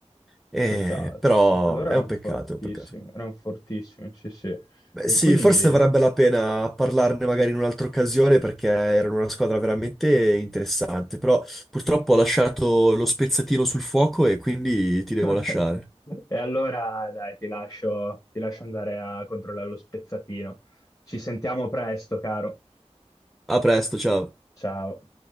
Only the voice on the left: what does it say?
Un peccato,
anche loro
erano
fortissimi,
erano fortissimi, sì sì.
E
quindi...
<laughs>
E allora dai, ti lascio, ti lascio andare a controllare lo spezzatino. Ci sentiamo presto, caro.
Ciao.